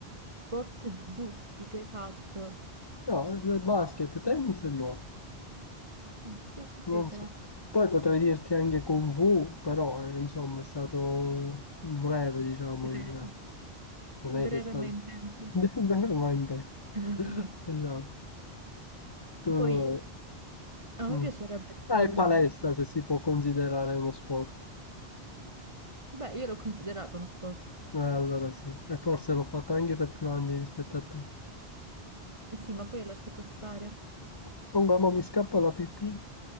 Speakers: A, on the right; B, on the left.
A: Sport giusti che hai fatto.
B: No, eh, basket, tennis e nuoto,
A: Mm, Considera.
B: non so. Poi potrei dirti anche Kung Fu, però eh, insomma è stato breve, diciamo,
A: Breve.
B: il... non
A: Breve
B: è che è stato
A: ma intenso.
B: <laughs> breve ma intenso.
A: <laughs>
B: Esatto. Tu...
A: Poi a
B: mm.
A: me piacerebbe scrivermi.
B: Ah, e palestra se si può considerare uno sport.
A: Beh, io l'ho considerato uno sport.
B: Eh, allora sì, e forse l'ho fatto anche per più anni rispetto a te.
A: Eh sì, ma poi hai lasciato stare.
B: Comunque, ma mi scappa la pipì.